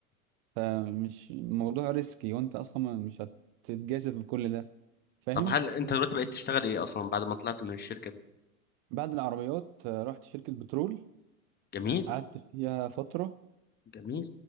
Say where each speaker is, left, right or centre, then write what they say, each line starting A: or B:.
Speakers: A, on the right; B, on the left.
A: فمش موضوع ريسكي وانت اصلا ما- مش هتتجازف بكل ده فاهم
B: طب هل انت دلوقتي بقيت تشتغل ايه اصلا بعد ما طلعت من الشركه دي
A: بعد العربيات آه، رحت شركه بترول
B: جميل
A: قعدت فيها فتره
B: جميل